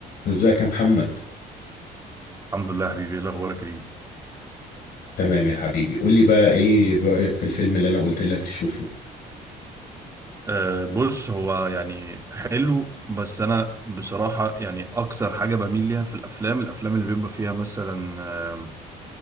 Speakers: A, on the left; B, on the right.
A: ازيك يا محمد
B: الحمد لله يا حبيبي ايه الاخبار يا كريم
A: تمام يا حبيبي قول لي بقى ايه رأيك في الفيلم اللي انا قلت لك تشوفه
B: أه بص هو يعني حلو بس انا بصراحة يعني اكتر حاجة بميل ليها في الافلام الافلام اللي بيبقى فيها مثلا أه